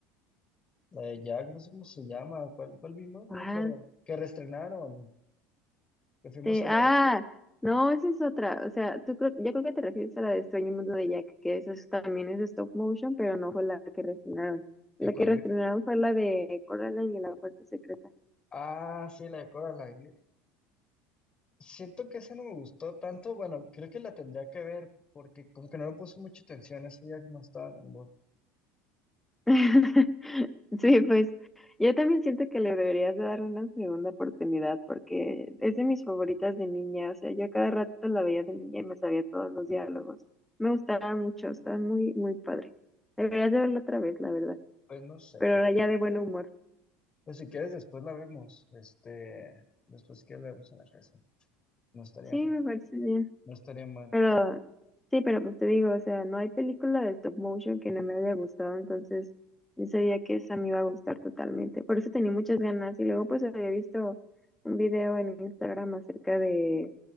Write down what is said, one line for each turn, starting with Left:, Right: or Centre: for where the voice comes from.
Left: La de Jack, no sé cómo se llama. ¿Cuál, cuál vimos? No
Centre: ¿ya?
Left: me acuerdo. Que reestrenaron, que fuimos
Centre: Te-
Left: a la...
Centre: ah, no, esa es otra. O sea, tú creo, yo creo que te refieres a la de Extraño Mundo de Jack, que eso es- también es stop motion, pero no fue la que reestrenaron. La
Left: ¿Y cuál
Centre: que reestrenaron
Left: vi-
Centre: fue la de Coraline y la puerta secreta.
Left: Ah, sí, la de Coraline. Siento que esa no me gustó tanto. Bueno, creo que la tendría que ver porque como que no le puse mucha atención ese día que no estaba en el
Centre: <laughs> Sí, pues yo también siento que le deberías de dar una segunda oportunidad porque es de mis favoritas de niña. O sea, yo a cada rato la veía de niña y me sabía todos los diálogos. Me gustaba mucho, estaba muy, muy padre. Deberías de verla otra vez, la verdad.
Left: Pues no sé.
Centre: Pero ahora ya de buen humor.
Left: Pues si quieres después la vemos. Este, después si quieres la vemos en la casa. No estaría,
Centre: Sí, me parece bien.
Left: no estaría mal.
Centre: Pero sí, pero pues te digo, o sea, no hay película de stop motion que no me haya gustado, entonces yo sabía que esa me iba a gustar totalmente. Por eso tenía muchas ganas y luego pues había visto un video en Instagram acerca de